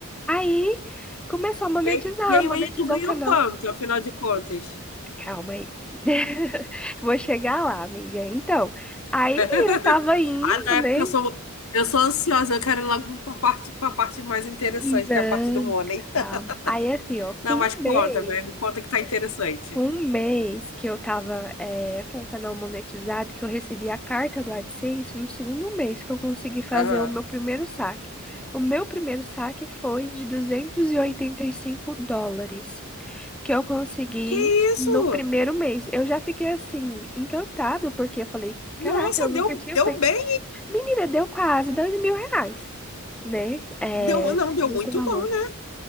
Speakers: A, in the centre; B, on the left (about 80°).
A: Aí começou a monetizar,
B: E aí, e aí,
A: monetizou
B: aí, tu ganhou
A: o canal.
B: quanto, afinal de contas?
A: Calma aí. <laughs> Vou chegar lá, amiga. Então, aí
B: <laughs>
A: eu tava indo,
B: Ah, não, é
A: né?
B: porque eu sou, eu sou ansiosa, eu quero ir logo pra parte, pra parte mais interessante,
A: Não,
B: que é a parte do money.
A: calma. Aí assim,
B: <laughs>
A: ó, com
B: Não,
A: um
B: mas conta,
A: mês,
B: velho, me conta que tá interessante.
A: com um mês que eu tava eh, com o canal monetizado, que eu recebi a carta do AdSense, no segundo mês que eu consegui fazer
B: Aham.
A: o meu primeiro saque. O meu primeiro saque foi de duzentos e e oitenta e cinco dólares. que eu consegui
B: Que isso?
A: no primeiro mês. Eu já fiquei assim, encantado, porque eu falei,
B: Nossa,
A: caraca, eu nunca
B: deu,
A: tinha
B: deu
A: feito.
B: bem.
A: Menina, deu quase dois mil reais, né? É,
B: Deu, não, deu
A: nesse
B: muito
A: valor.
B: bom, né?